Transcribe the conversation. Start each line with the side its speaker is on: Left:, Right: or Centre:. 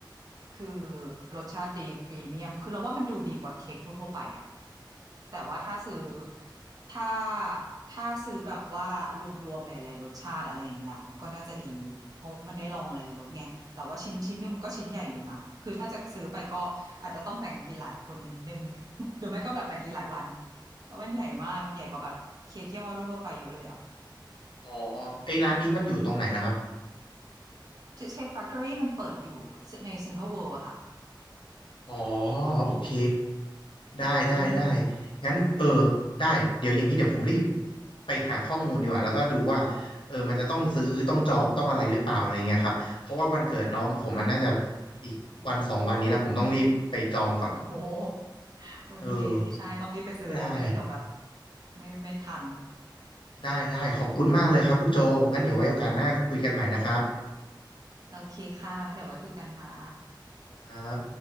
Right: คือรสชาติดีพรีเมียมคือเราว่ามันดูดีกว่าเค้กทั่วๆไปอะแต่ว่าถ้าซื้อถ้าถ้าซื้อแบบว่ารวมๆหลายๆรสชาติอะไรอย่างเงี้ยก็น่าจะดีเพราะมันได้ลองหลายๆรสไงแต่ว่าชิ้นชิ้นหนึงมันก็ชิ้นใหญ่อยู่นะคือถ้าจะซื้อไปก็อาจจะต้องแบ่งกันกินหลายคนนิดนึง <laughs> หรือไม่ก็แบบแบ่งกินหลายวัน แล้วมันใหญ่มากมันใหญ่กว่าแบบเค้กยี่ห้อทั่วๆไปเยอะเลยอ่ะ
Left: อ๋อไอ้ร้านนี้มันอยู่ตรงไหนนะครับ
Right: อืม Cheesecake Factory มันเปิดอยู่ใน Central World อะค่ะ
Left: อ๋อโอเคได้ได้ได้
Right: อืม
Left: งั้นเออได้เดี๋ยวอย่างนี้เดี๋ยวผมรีบไปหาข้อมูลดีกว่าแล้วก็ดูว่าเออมันจะต้องซื้อต้องจองต้องอะไรหรือเปล่าอะไรเงี้ยครับเพราะว่าวันเกิดน้องผมมันน่าจะอีกวันสองวันนี้แล้วผมต้องรีบไปจองก่อน
Right: โหโอเค
Left: เออ
Right: ใช่ ต้องรีบไปซื้อแล้วไม่งั้นเดี๋ยวแบบ
Left: ได้
Right: ไม่ไม่ทัน
Left: ได้ได้ขอบคุณมากเลยครับคุณโจงั้นเดี๋ยวไว้โอกาสหน้าคุยกันใหม่นะครับ
Right: โอเคค่ะงั้นเดี๋ยวไว้คุยกันค่ะ
Left: ครับ